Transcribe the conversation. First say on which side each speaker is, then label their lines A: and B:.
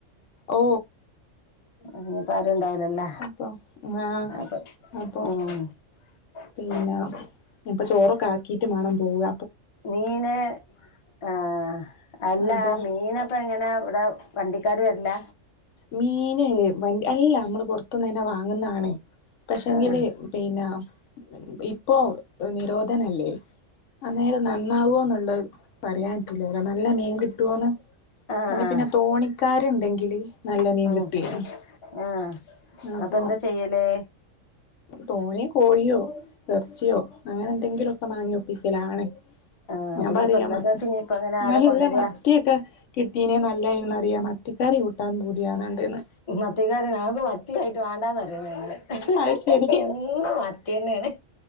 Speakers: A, on the left (about 70°); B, on the left (about 35°).
A: ഓ
B: ഇഞ്ഞിപ്പാരും ണ്ടാവലല്ലേ
A: അപ്പം ആഹ്
B: അതെ
A: അപ്പൊ
B: ഉം <inaudible>
A: പിന്നെ ഇപ്പൊ ചോറൊക്കെ ആക്കീട്ട് മാണം പോവുക
B: മീന് ആ അല്ല
A: അപ്പൊ
B: മീനപ്പങ്ങനെ? അവിടെ വണ്ടിക്കാര് വരില്ല?
A: മീന് വ അല്ല നമ്മള് പുറത്ത തന്നെ വാങ്ങുന്നണെ. പശേങ്കില്
B: ആഹ്
A: പിന്നെ ഇപ്പോ നിരോധനല്ലേ? അന്നേരം നന്നാവോന്നുള്ള പറയാൻ പറ്റൂല നല്ല മീൻ കിട്ടോന്ന്.
B: ആഹ്
A: അല്ല
B: ആഹ്
A: പിന്നെ തോണിക്കാര്ണ്ടെങ്കില് നല്ല മീൻ
B: ഉം
A: കിട്ടേനു.
B: ആഹ്
A: അപ്പൊ
B: എന്താ ചെയ്യല്
A: തോനെയുകോഴിയോ എർച്ചിയോ അങ്ങനെ എൻ എന്തങ്കിലൊക്കെ മാങ്ങി ഒപ്പിക്കലാണ്
B: ആഹ് അപ്പൊ
A: ഞാൻ
B: ഇനിയിപ്പ
A: പറയാ
B: ഇന്നത്തേക്ക്
A: മ
B: ഇനിയിപ്പ അങ്ങനെ ആരാ
A: നല്ല
B: കൊണ്ടരാ
A: മത്തിയൊക്കെ കിട്ടീനേ നല്ല <unintelligible> എന്ന് അറിയോ മത്തിക്കറി കൂട്ടാൻ പൂതിയാന്ന്ണ്ട്ന്
B: മത്തിക്കാരൻ ഞങ്ങക്ക് മത്തിയായിട്ട് വാണ്ടാന്ന് പറയല് ഞങ്ങള്
A: അത് ശരി
B: എന്നും മത്തിന്നെ ആണ്.